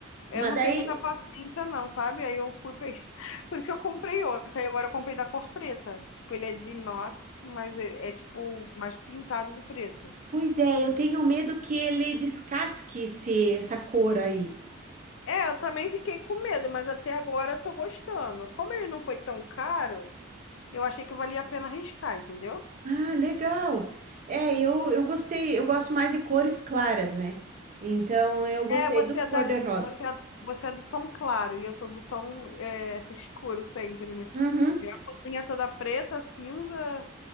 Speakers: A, on the left; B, on the right.
A: eu
B: Mas
A: não
B: daí,
A: tenho muita paciência, não, sabe? Aí eu fui peguei... <laughs> Por isso que eu comprei outro. Aí agora eu comprei da cor preta. Tipo, ele é de inox, mas é é, tipo mais pintado de preto.
B: pois é, eu tenho medo que ele descasque esse, essa cor aí.
A: É, eu também fiquei com medo, mas até agora eu tô gostando. Como ele não foi tão caro, eu achei que valia a pena arriscar, entendeu?
B: Ah, legal. É, eu, eu gostei, eu gosto mais de cores claras, né? Então eu gostei
A: É, você
B: do cor-de-rosa.
A: é da, você é, você é do tom claro e eu sou do tom é, <laughs> escuro sempre, né?
B: Uhum.
A: Minha cozinha é toda preta, cinza